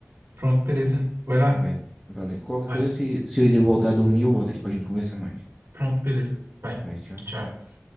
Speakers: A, on the right (about 55°); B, in the centre.
A: Pronto, beleza. Vai lá.
B: Vai, valeu. Qualquer
A: Vai.
B: coisa, se, se ele voltar a dormir, eu volto aqui pra gente conversar mais.
A: Pronto, beleza. Vai.
B: Vai, tchau.
A: Tchau.